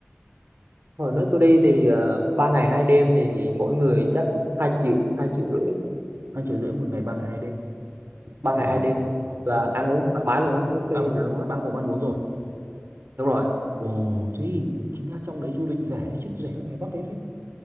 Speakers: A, on the right; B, on the right.
A: hồi nước tôi đi thì ờ, ba ngày hai đêm thì mỗi người chắc hai triệu hai triệu rưỡi
B: hai triệu rưỡi một ngày ba ngày hai đêm
A: ba ngày
B: ờ
A: hai đêm là
B: thế thì
A: ăn
B: cũng
A: uống
B: không
A: thoải
B: đắt
A: mái
B: nhỉ
A: luôn á buffet
B: à
A: rồi luôn á
B: bao gồm ăn uống rồi
A: đúng rồi
B: ồ thế thì chính ra trong đấy du lịch rẻ đấy chứ rẻ hơn ngoài Bắc đấy chứ